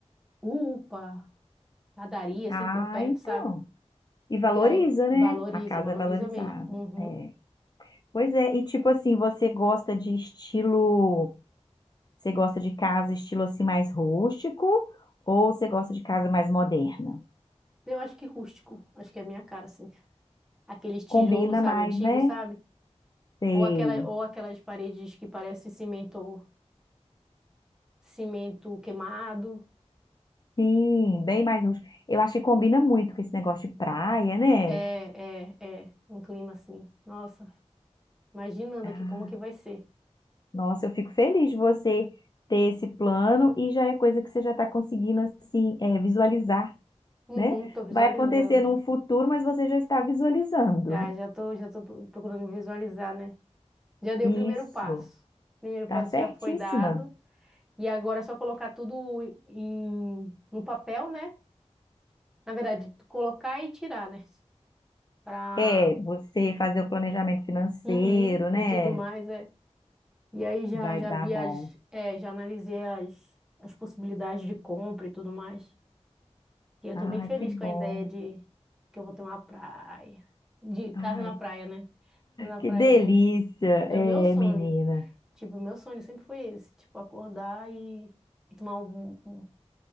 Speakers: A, in the centre; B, on the left (about 40°).
A: UPA, padaria assim
B: Ah,
A: por perto,
B: então.
A: sabe?
B: E valoriza,
A: E aí, valoriza,
B: né? A casa
A: valoriza
B: é valorizada.
A: mesmo. Uhum.
B: É. Pois é, e tipo assim, você gosta de estilo. Você gosta de casa estilo assim mais rústico ou você gosta de casa mais moderna?
A: Eu acho que rústico, acho que é a minha cara, assim. Aqueles tijolos,
B: Combina
A: sabe,
B: mais,
A: antigo,
B: né?
A: sabe?
B: Sei.
A: Ou aquela, ou aquelas paredes que parece cimento, cimento queimado.
B: Sim, bem mais rústico. Eu acho que combina muito com esse negócio de praia, né?
A: É, é, é, um clima assim. Nossa, imaginando
B: Ah,
A: aqui como que vai ser.
B: nossa, eu fico feliz de você ter esse plano e já é coisa que você já está conseguindo assim é, visualizar,
A: Uhum,
B: né?
A: tô visualizando.
B: Vai acontecer num futuro, mas você já está visualizando.
A: Já, já tô, já tô pro- procurando visualizar, né? Já dei
B: Isso,
A: o primeiro passo. O primeiro
B: tá
A: passo
B: certíssima.
A: já foi dado. E agora é só colocar tudo em, no papel, né? Na verdade, tu colocar e tirar, né? Pra,
B: É, você fazer o planejamento financeiro,
A: uhum,
B: né?
A: e tudo mais, é. E aí já,
B: Vai
A: já
B: dar
A: vi
B: bom.
A: as, é, já analisei as, as possibilidades de compra e tudo mais. E eu
B: Ai,
A: tô bem feliz
B: que bom.
A: com a ideia de que eu vou ter uma praia. De casa
B: Ai,
A: na praia, né? Casa Na praia
B: que delícia,
A: em- é
B: é,
A: o meu sonho.
B: menina.
A: Tipo, o meu sonho sempre foi esse. Tipo, acordar e, e tomar um, um-